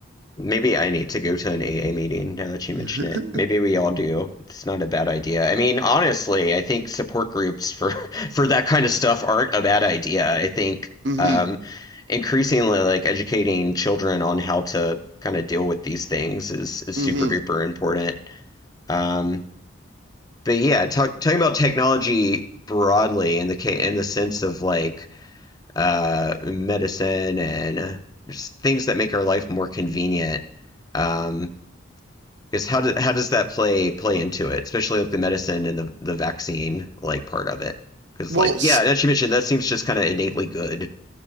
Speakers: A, on the left; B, on the right.
A: Maybe I need to go to an AA meeting now that you mention
B: <laughs>
A: it. Maybe we all do. It's not a bad idea. I mean, honestly, I think support groups for <laughs> for that kind of stuff aren't a bad idea. I think
B: Mm-hmm.
A: um, increasingly like educating children on how to kind of deal with these things is is
B: Mm-hmm.
A: super duper important. Um, but yeah, talk, talking about technology broadly in the in the sense of like uh, medicine and just things that make our life more convenient. Um, is how do, how does that play play into it, especially with the medicine and the, the vaccine like part of it? Because
B: Well,
A: like
B: s-
A: yeah, as you mentioned, that seems just kind of innately good.